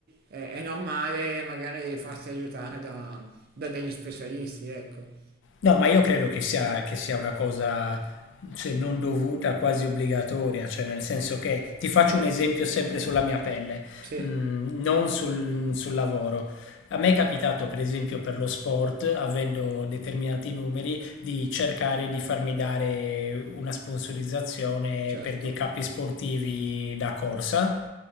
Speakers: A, on the right; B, on the left.
A: eh, è normale magari farsi aiutare da, da degli specialisti, ecco.
B: No, ma io credo che sia, che sia una cosa, se non dovuta, quasi obbligatoria, cioè nel senso che ti faccio un esempio sempre sulla mia pelle,
A: Sì,
B: mm, non sul, sul lavoro. A me è capitato, per esempio, per lo sport, avendo determinati numeri, di cercare di farmi dare una sponsorizzazione
A: certo.
B: per dei capi sportivi da corsa.